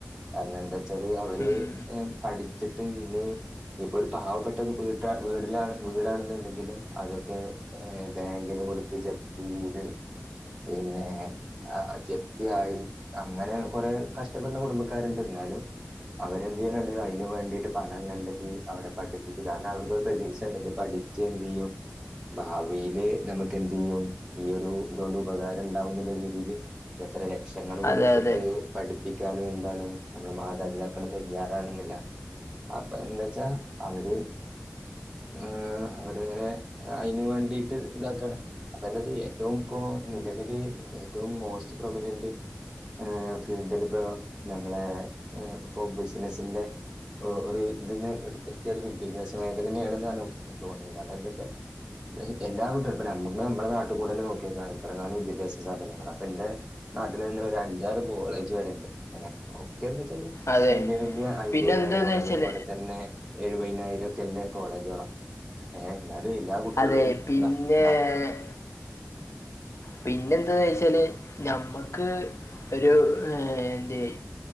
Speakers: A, on the right; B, on the left.
A: അങ്ങൻണ്ട് ചെറിയവര്
B: ഉം.
A: ഹ് പഠിച്ചട്ട് ഇനി ഇനിപ്പൊ ഒരു പാവപ്പെട്ട വീട്ടാ വീടില വീടാണെന്നുണ്ടെങ്കിലും അതൊക്കെ ഏഹ് ബാങ്കിന് കൊടുത്ത് ജെപ്റ്റി ചെയ്ത് പിന്ന ഹേ ആ അ ജപ്തിയായി അങ്ങനെ കൊറെ കഷ്ടപ്പെടുന്ന കുടുംബക്കാരുണ്ട് ന്നാലും അവരെന്തയിണിണ്ട് അയിന് വേണ്ടിട്ട് പണം കണ്ടെത്തി അവരെ പഠിപ്പിച്ചു കാരണം അവർക്ക് ഒരു പ്രതീക്ഷണ്ട് പഠി പ്പിച്ചു എന്തേയ്യും ഭാവി വേ നമുക്ക് എന്ത്യ്യും ഈ ഒരു ഇതൊണ്ട് ഉപകാരം ഇണ്ടാവുന്ന രീതില് എത്ര ലക്ഷ ങ്ങൾ കൊടുത്തിട്ട്
B: അതെ അതെ
A: പഠിപ്പിക്കാനും ന്താണ് നമ്മുടെ മാതാപിതാക്കൾ തയ്യാറാണെന്നില്ല അപ്പൊ എന്താച്ചാ അവര് ഹ് ഹ് അവരിങ്ങനെ അയിന് വേണ്ടി ട്ട് ഇതാക്കാണ് അപ്പൊ എന്താച്ചാ ഏറ്റവും ഇപ്പോ നിലവില് ഏറ്റവും മോസ്റ്റ് പ്രൊമിനന്റ് ഈ ഫീൽഡിൽ ഇപ്പോ നമ്മളെ ഇപ്പൊ ബിസിനസിന്റെ ഒരു ഇതിന്ന് എടുത്തോക്കിയ ഒരു വിദ്യാഭ്യാസ മേഖലന്നെ ആണെന്നാണ് തോന്നുന്നത് കാരണം എന്താച്ചാൽ എല്ലാ വീട്ടെരും ഇപ്പ നമ്മ നമ്മുടെ നാട്ടി കൂടെന്നെ നോക്കിയക്ക എത്രാങ്ങാനും വിദ്യാഭ്യാസ സാബനങ്ങളാ പ്പന്റെ നാട്ടിലന്നെ ഒരു അഞ്ചാറ് കോളേജ് വരെണ്ട് ഹേ ഒക്കെന്ന്ച്ചാല്
B: അതെ
A: വല്യ വല്യ അയിമ്പിനായിരം
B: പിന്നെ എന്താന്ന് വെച്ചാൽ
A: അതേപോലെ തന്നെ എഴുവയിനായിരം ഒക്കെല്ലേ കോളേജ്കളാ ഏ എന്നാലും എല്ലാ കുട്ടികളും
B: അതെ
A: ന്നാ
B: പിന്നെ
A: ന്നാർഞ്ഞിക്ക
B: ഏ - പിന്നെന്താന്ന്ച്ചാല് ഞമ്മക്ക് ഒരു എയെന്റി